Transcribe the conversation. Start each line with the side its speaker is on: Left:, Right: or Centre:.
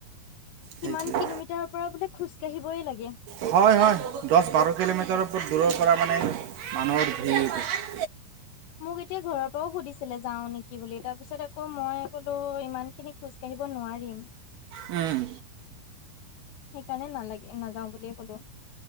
Left: কিমান
Right: সেইটোৱে
Left: কিলোমিটাৰৰ পৰা বোলে খোজ কাঢ়িবই লাগে।
Right: হয় হয় দহ বাৰ কিলোমিটাৰৰওপৰত দূৰৰ পৰা মানে মানুহৰ ধেৰি
Left: মোক এতিয়া ঘৰৰ পৰাও সুধিছিলে যাওঁ নেকি বুলি তাৰ পিছত আকৌ' মই বোলো ইমান খিনি খোজ কিনিব নোৱাৰিম।
Right: উম'
Left: সেইকাৰণে নালাগে নাযাওঁ বুলিয়ে ক'লো।